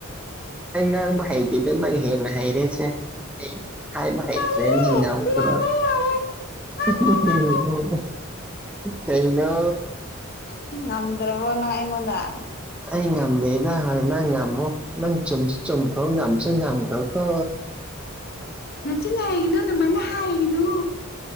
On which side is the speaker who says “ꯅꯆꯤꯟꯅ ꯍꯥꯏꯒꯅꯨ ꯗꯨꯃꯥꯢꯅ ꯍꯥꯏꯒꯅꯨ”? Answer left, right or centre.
Left